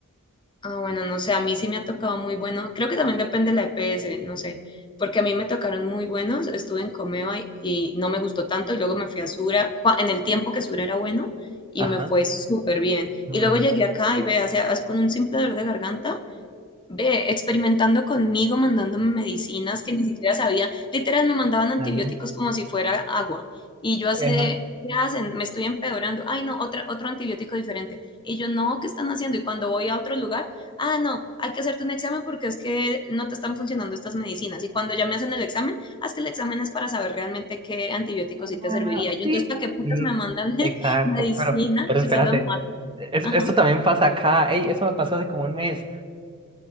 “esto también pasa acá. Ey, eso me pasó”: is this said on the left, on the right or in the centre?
Right